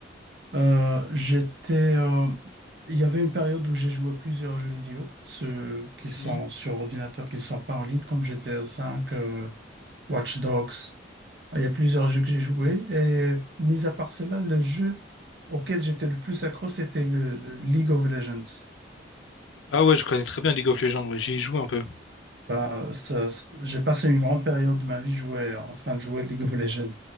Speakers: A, on the right; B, on the left.
A: Euh, j'étais, euh, il y avait une période où j'ai joué plusieurs jeux vidéo, ceux qui sont
B: Mhm.
A: sur ordinateur, qui ne sont pas en ligne, comme GTA V, euh, Watch Dogs. Il y a plusieurs jeux que j'ai joués. Et mis à part cela, le jeu auquel j'étais le plus accro, c'était le, le League of Legends.
B: Ah ouais, je connais très bien League of Legends, ouais, j'y ai joué un peu.
A: Bah, ça- ça- j'ai passé une grande période de ma vie jouer, en train de jouer League of Legends.